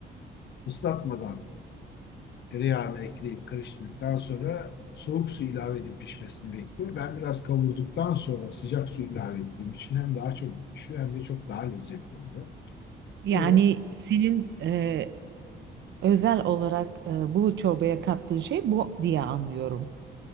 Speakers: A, on the left (about 60°); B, on the right (about 65°).
A: ıslatmadan Tereyağını ekleyip karıştırdıktan sonra soğuk su ilave edip pişmesini bekliyor. Ben biraz kavurduktan sonra sıcak su ilave ettiğim için hem daha çok pişiyor hem de çok daha lezzetli oluyor.
B: Yani
A: Bunu
B: senin e, özel olarak e, bu çorbaya kattığın şey bu diye anlıyorum.